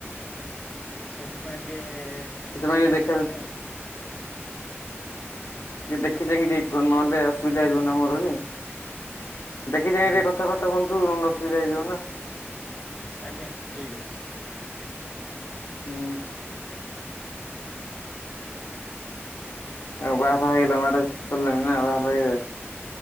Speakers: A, on the left (about 35°); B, on the left (about 80°).
A: ସେଥିପାଇଁ ଟିକେ
B: ସେଥିପାଇଁ
A: ଶୁଭା
B: ଦେଖ
A: ଯାଉନି ଆଉ।
B: ଟିକେ ଦେଖି ଚାଇଁକି ଟିକେ ନହେଲେ
A: ହୁଁ
B: ଅସୁବିଧା ହେଇଯିବନା ମୋର ଏବେ। ଦେଖି
A: ହୁଁ
B: ଚାହିଁ ଟିକେ କଥାବାର୍ତ୍ତା କରନ୍ତୁ ନହେଲେ ଅସୁବିଧା ହେଇଯିବ ନା।
A: ଆଜ୍ଞା, ଠିକ ଅଛି।
B: ଉଁ। ଆଉ ବାହା ବାଫା ହେଇଗଲଣି ମ୍ୟାରେଜ୍ ସରିଲାଣିି ନା ବାହା ଫାଆ ହେଇଗଲଣି ନା।